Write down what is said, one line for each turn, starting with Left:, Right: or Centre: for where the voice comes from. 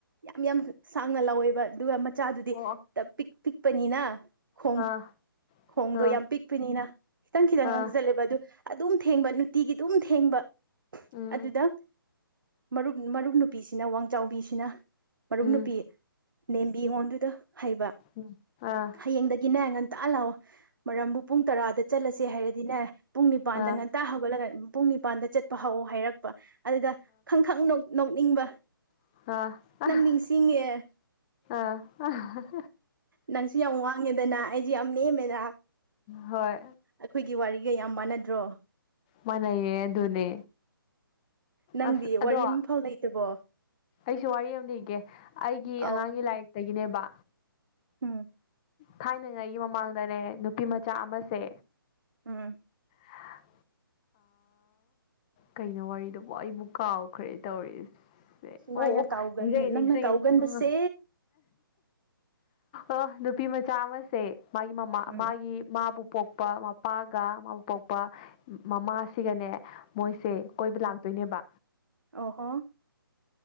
Right: ꯌꯥꯝ ꯌꯥꯝ ꯁꯥꯡꯅ ꯂꯧꯥꯎꯋꯦꯕ ꯑꯗꯨꯒ ꯃꯆꯥꯗꯨꯗꯤ
Left: ꯑꯣ ꯑꯣ
Right: ꯄꯤꯛ ꯄꯤꯛꯄꯅꯤꯅ ꯈꯣꯡ
Left: ꯑꯥ
Right: ꯈꯣꯡꯗꯣ
Left: ꯑꯥ
Right: ꯌꯥꯝ ꯄꯤꯛꯄꯅꯤꯅ ꯈꯤꯇꯪ ꯈꯤꯇꯪ
Left: ꯑꯥ
Right: ꯉ ꯆꯠꯂꯦꯕ ꯑꯗꯨ ꯑꯗꯨꯝ ꯊꯦꯡꯕ ꯅꯨꯡꯇꯤꯒꯤ ꯑꯗꯨꯝ ꯊꯦꯡꯕ
Left: ꯎꯝ
Right: ꯑꯗꯨꯗ ꯃꯔꯨꯞ ꯃꯔꯨꯞ ꯅꯨꯄꯤꯁꯤꯅ ꯋꯥꯡꯆ ꯆꯥꯎꯕꯤꯁꯤꯅ ꯃꯔꯨꯞ
Left: ꯎꯝ
Right: ꯅꯨꯨꯄꯤ ꯅꯦꯝꯕꯤ ꯑꯩꯉꯣꯟꯗꯨꯗ ꯍꯩꯕ
Left: ꯎꯝ ꯑꯥ
Right: ꯍꯌꯦꯡꯗꯒꯤꯅꯦ ꯉꯟꯇ ꯇꯛ ꯂꯥꯛꯑꯣ ꯃꯔꯝꯕꯨ ꯄꯨꯡ ꯇꯔꯥꯗ ꯆꯠꯂꯁꯦ ꯍꯥꯏꯔꯗꯤꯅꯦ ꯄꯨꯡ ꯅꯤꯄꯥꯟꯗ
Left: ꯑꯥ
Right: ꯉꯟꯇꯥ ꯍꯧꯒꯠꯂꯒ ꯄꯨꯡ ꯅꯤꯄꯥꯟꯗ ꯆꯠꯄ ꯍꯧꯑꯣ ꯍꯥꯏꯔꯛꯄ ꯑꯗꯨꯗ ꯈꯪ ꯈꯪ ꯅꯣꯛꯅꯤꯡꯕ
Left: ꯑ
Right: ꯅꯪ ꯅꯤꯡꯁꯤꯡꯉꯦ
Left: ꯑ
Right: ꯅꯪꯁꯨ ꯌꯥꯝ ꯋꯥꯡꯉꯦꯗꯅ ꯑꯩꯁꯨꯦ ꯌꯥꯝ ꯅꯦꯝꯃꯦꯗ
Left: ꯍꯣꯏ
Right: ꯑꯩꯈꯣꯏꯒꯤ ꯋꯥꯔꯤꯒ ꯌꯥꯝ ꯃꯥꯟꯅꯗ꯭ꯔꯣ
Left: ꯃꯅꯩꯌꯦ ꯑꯗꯨꯅꯦ
Right: ꯅꯪꯗꯤ
Left: ꯑꯁ ꯑꯗꯣ
Right: ꯋꯥꯔꯤ ꯑꯃꯐꯥꯎ ꯂꯩꯇꯕꯣ
Left: ꯑꯩꯁꯨ ꯋꯥꯔꯤ ꯑꯃꯅꯤꯒꯦ ꯑꯩꯒꯤ
Right: ꯑꯧ
Left: ꯑꯉꯥꯡꯒꯤ ꯂꯥꯏꯔꯤꯛ ꯑꯗꯒꯤꯅꯦꯕꯕꯥ
Right: ꯎꯝ
Left: ꯊꯥꯏꯅꯉꯥꯏꯒꯤ ꯃꯃꯥꯡꯗꯅꯦ ꯅꯨꯄꯤ ꯃꯆꯥ ꯑꯃꯁꯦ
Right: ꯎꯝ
Left: ꯍꯥ ꯀꯩꯅꯣ ꯋꯥꯔꯤꯗꯨꯕꯨ ꯑꯩꯕꯨ ꯀꯥꯎꯈ꯭ꯔꯦ ꯇꯧꯔꯤꯁꯦ
Right: ꯁꯨꯃꯥꯏꯅ
Left: ꯑꯣ ꯑꯣ
Right: ꯀꯥꯎꯒꯟ
Left: ꯅꯤꯡꯖꯉꯦ ꯅꯤꯡ
Right: ꯅꯪꯅ
Left: ꯆꯉꯦ
Right: ꯀꯥꯎꯒꯟꯕꯁꯦ
Left: ꯎ ꯑꯣ ꯅꯨꯄꯤ ꯃꯆꯥ ꯑꯃꯁꯦ ꯃꯥꯒꯤ ꯃꯃꯥ
Right: ꯎꯝ
Left: ꯃꯥꯒꯤ ꯃꯥꯕꯨ ꯄꯣꯛꯄ ꯃꯄꯥꯒ ꯃꯥ ꯄꯣꯛꯄ ꯃꯃꯥꯁꯤꯒꯅꯦ ꯃꯣꯏꯁꯦ ꯀꯣꯏꯕ ꯂꯥꯛꯇꯣꯏꯅꯦꯕ
Right: ꯑꯣ ꯍꯣ